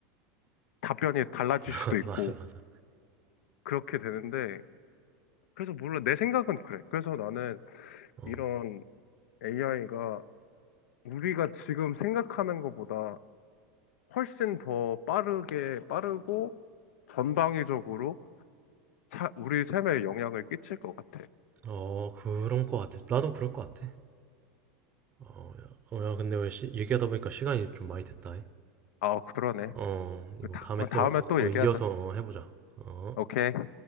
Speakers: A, on the left; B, on the right.
A: 답변이 달라질
B: <laughs>
A: 수도 있고
B: 맞아, 맞아.
A: 그렇게 되는데 그래서 몰라 내 생각은 그래. 그래서 나는
B: 어,
A: 이런 AI가 우리가 지금 생각하는 것보다 훨씬 더 빠르게 빠르고 전방위적으로 차- 우리 삶에 영향을 끼칠 것 같아.
B: 어, 그런 거 같아. 나도 그럴 거 같아. 어, 야, 어, 야, 근데 왜 시, 얘기하다 보니까 시간이 좀 많이 됐다.
A: 아, 그러네.
B: 어, 이거
A: 다,
B: 다음에 또
A: 다음에 또
B: 어,
A: 얘기하자.
B: 이어서 해 보자. 어.
A: 오케이.